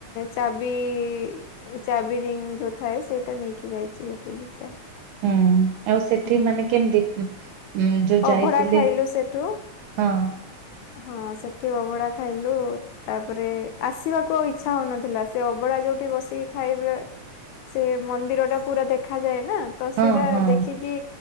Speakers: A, on the left; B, on the right.
A: ଚାବି- ଚାବିରିଙ୍ଗ ହେ ସେଇଟା ନେଇକି ଯାଇଛି ଗୋଟେ ଦିଟା।
B: ହୁଁ ଆଉ ସେଠି
A: ହଁ
B: ମାନେ କେମିତି ଯୋଉ
A: ଅଭଡା
B: ଯାଇଥିଲେ
A: ଖାଇଲୁ ସେଠୁ
B: ହଁ।
A: ହଁ ସେଠି ଅଭଡା ଖାଇଲୁ ତାପରେ ଆସିବାକୁ ଆଉ ଇଚ୍ଛା ହଉନଥିଲା ସେ ଅଭଡା ଯୋଉ ଉଠି ବସିକି ଖାଇବେ ସେ ମନ୍ଦିର ଟା ପୁରା ଦେଖାାଯାଏ ନ୍ ନା ତ
B: ହଁ
A: ସେଇଟା
B: ହଁ
A: ଦେଖିକି